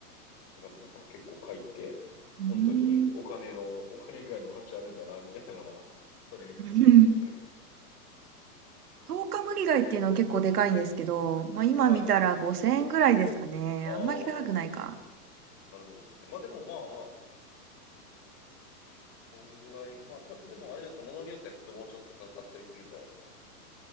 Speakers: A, on the left; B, on the right.
A: だからなんか結構貝って、
B: うーん。
A: 本当にお金の、お金ぐらいの価値あるんだな、みたいなのは、<laughs> それ見て思ってたんですよね。
B: <laughs> 10日無理貝っていうのは結構でかいんですけど、まあ今見たら5000円ぐらいですかね。
A: はい。ああ、
B: あんまり高くないか。
A: なるほどですね。まあでもまあまあ、こんぐらい。まあ、た、でもあれじゃないですか、ものによってはきっともうちょっと高かったりするんじゃないですか。